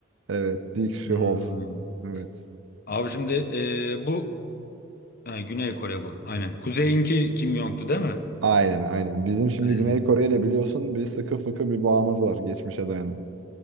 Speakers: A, on the right (about 65°); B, on the left (about 45°).
A: Evet Dick Schhoff.
B: Hmm.
A: Evet.
B: Abi şimdi e, bu ha, Güney Kore bu. Aynen. Kuzeyinki Kim Jong'tu değil mi?
A: Aynen aynen. Bizim şimdi
B: Aynen.
A: Güney Kore ile biliyorsun bir sıkı fıkı bir bağımız var geçmişe dayanan.